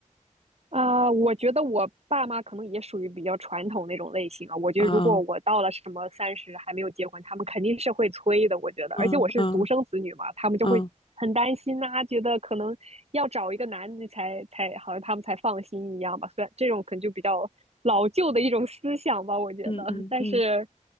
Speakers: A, on the right; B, on the left.
A: 啊，我觉得我爸妈可能也属于比较传统那种类型啊。我觉得如果我到了什么三十还没有结婚，
B: 嗯
A: 他们肯定是会催的。我觉得，
B: 嗯嗯
A: 而且我是独生子女嘛，他们就会很担心呐、
B: 嗯
A: 觉得可能要找一个男的才才好像他们才放心一样吧。虽然这种可能就比较老旧的一种思想吧，我觉得，
B: 嗯嗯嗯
A: 但是。